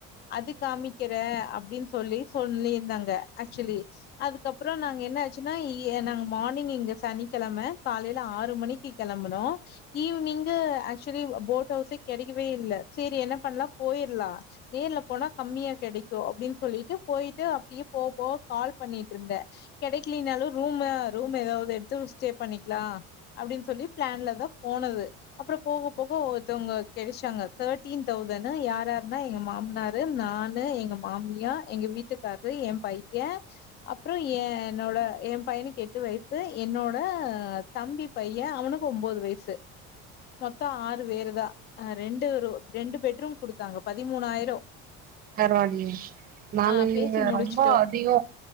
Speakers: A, on the left; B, on the right.
A: அது காமிக்கற அப்டின்னு சொல்லி சொல்லிருந்தாங்க ஆக்சுவலி அதுக்கப்றம் நாங்க என்ன ஆச்சுன்னா இ நாங்க மார்னிங் இங்க சனி க்கெழம காலையில ஆறு மணிக்கு கெளம்புனோ ஈவி்னிங்கு ஆக்சுவலி போட் ஹவுஸே கிடைக்கவே இல் செரி என்ன பண்ணலா போயிடலா நேர்ல போனா கம்மியா கெடைக்கு அப்டின்னு சொல்லிட்டு போயிட்டு அப்பயே போக போக கால் பண்ணிட்டு இருந்த கெடைக்கலினாலும் ரூமா ரூம் ஏதாவது எடுத்து ஸ்டே பண்ணிக்கலா அப்டின்னு சொல்லி பிளான்ல தா போனது அப்றோ போக போக ஒருத்தவங்க கிடைச்சாங்க தேர்டீன் தௌசண்ட யார் யாருன்னா எங்க மாமனார் ரு நானு எங்க மாமியா எங்க வீட்டுக்காரரு என் பை ய அப்றோ என் என்னோட என் பையனுக்கு எட்டு வயசு என்னோ ட தம்பி பைய அவனுக்கு ஒன்பது வயசு மொத்தோ ஆறு பேரு தா ஆ ரெண்டு ரூ ரெண்டு பெட்ரூம் குடுத்தாங்க பதிமூணாயிரோ
B: பரவாயில்லயே நாங்க
A: ஆ
B: இங்க
A: பேசி முடிச்சுட்டோ
B: ரொம்ப அதிகோ